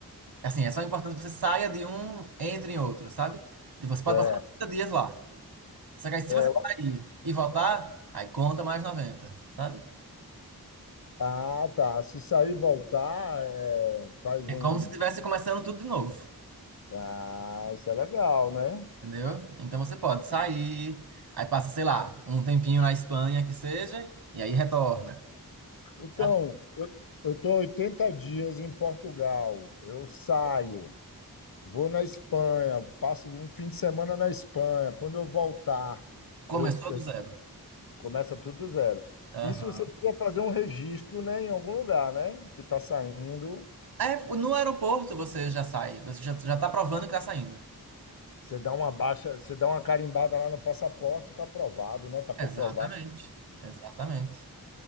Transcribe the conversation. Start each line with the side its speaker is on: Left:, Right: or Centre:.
Right: Assim, é só importante que você saia de um, entre em outro, sabe? Tipo, você pode
Left: É,
Right: passar 90 dias lá. Só que aí, se
Left: é,
Right: você sair e voltar, aí conta mais noventa sabe?
Left: ah, tá. Se sair e voltar, é, faz
Right: É
Left: um.
Right: como se estivesse começando tudo de novo,
Left: Ah, isso é legal, né?
Right: entendeu? Então você pode sair, aí passa, sei lá, um tempinho na Espanha que seja, e aí retorna,
Left: Então,
Right: sabe?
Left: eu estou 80 dias em Portugal. Eu saio. Vou na Espanha, passo um fim de semana na Espanha. Quando eu voltar,
Right: Começou
Left: eu, eu-
Right: do zero.
Left: começa tudo do zero.
Right: Aham.
Left: Isso você precisa fazer um registro, né, em algum lugar, né? Que está saindo.
Right: É, no aeroporto você já sai, você já, já tá provando que tá saindo.
Left: Você dá uma baixa, você dá uma carimbada lá no passaporte, está aprovado, né? Está comprovado.
Right: Exatamente, exatamente.